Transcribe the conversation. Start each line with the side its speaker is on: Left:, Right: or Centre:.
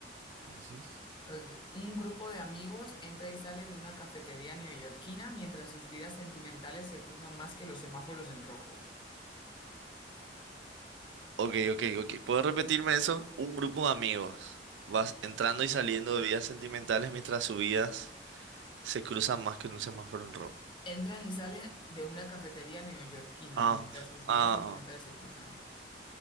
Right: Ujú.
Left: Ok, Un grupo de amigos entra y sale de una cafetería neoyorquina mientras sus vidas sentimentales se cruzan más que los semáforos en rojo.
Right: Ok, ok, ok. ¿Puedo repetirme eso? Un grupo de amigos. Vas entrando y saliendo de vidas sentimentales mientras sus vidas se cruzan más que en un semáforo en rojo.
Left: Entran y salen de una cafetería neoyorquina
Right: Ah,
Left: mientras sus vidas
Right: ah,
Left: sentimentales
Right: ah.
Left: se cruzan.